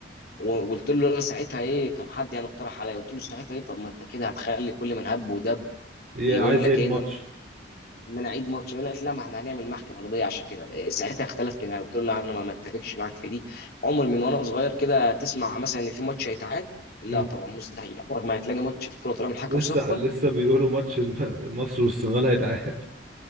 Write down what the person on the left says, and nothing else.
وقلت له انا ساعتها ايه كان حد يعني اقترح عليا قلت له ساعتها ايه طب ما انت كده هتخلي كل من هب ودب
يقول
لك
ايه
ان انا إن أنا اعيد ماتش يقول لك لا ما احنا هنعمل محكمه رضيه عشان كده إيه، ساعتها اختلفت معاه قلت له لا انا ما ما اتفقش معاك في دي عمر من وانا صغير كده تسمع مثلا ان في ماتش هيتعاد لا
طبعا مستحيل عمرك ما هتلاقي ماتش في الكوره طالما الحكم
صفر